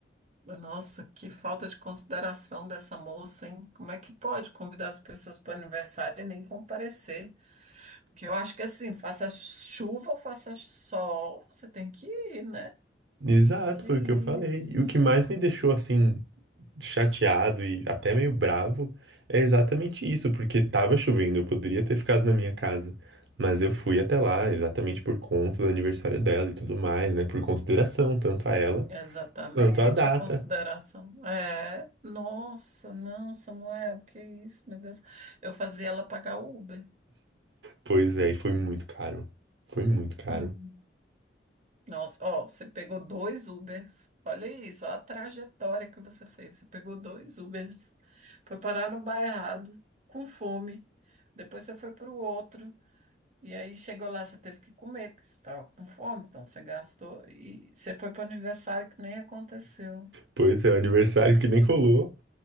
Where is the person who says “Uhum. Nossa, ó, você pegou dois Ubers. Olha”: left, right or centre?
Right